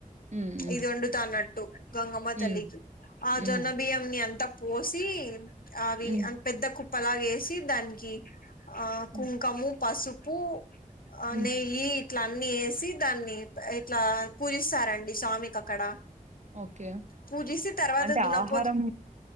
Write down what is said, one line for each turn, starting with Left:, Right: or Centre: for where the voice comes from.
Right: ఉమ్ ఉమ్
Left: ఇది వండుతా అన్నట్టు గంగమ్మ
Right: ఉమ్
Left: తల్లికి ఆ
Right: ఉమ్
Left: జొన్న బియ్యం ని అంత పోసి అవి
Right: ఉమ్
Left: అన్ పెద్ద కుప్ప లాగ వేసి దానికి ఆ కుంకము
Right: ఉమ్
Left: పసుపు ఆ
Right: ఉమ్,
Left: నెయ్యి ఇట్లా అన్ని వేసి దాన్ని ఇట్లా పూజిస్తారండి స్వామికి అక్కడ
Right: ఓకే
Left: పూజిస్తే తర్వాత
Right: అంటే
Left: దున్నపో
Right: ఆహారం